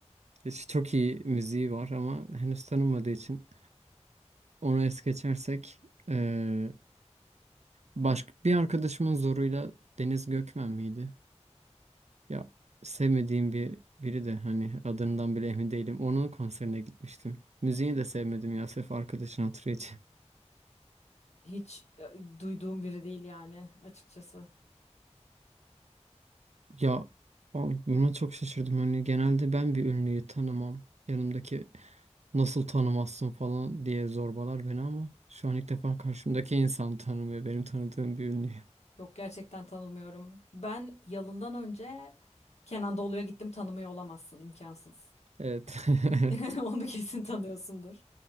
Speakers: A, on the right; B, on the left.
A: Hiç Çok iyi müziği var ama henüz tanınmadığı için onu es geçersek eee başka bir arkadaşımın zoruyla Deniz Gökmen miydi? Ya sevmediğim bir biri de hani adından bile emin değilim. Onun konserine gitmiştim. Müziğini de sevmedim ya sırf arkadaşın hatırı için.
B: Hiç e, duyduğum biri değil yani açıkçası.
A: Ya al- buna çok şaşırdım. Hani genelde ben bir ünlüyü tanımam. Yanımdaki nasıl tanımazsın falan diye zorbalar beni ama şu an ilk defa karşımdaki insan tanımıyor benim tanıdığım bir ünlü.
B: Yok gerçekten tanımıyorum. Ben Yalın'dan önce Kenan Doğulu'ya gittim tanımıyor olamazsın imkansız.
A: Evet. <laughs> Evet.
B: <laughs> Onu kesin tanıyorsundur.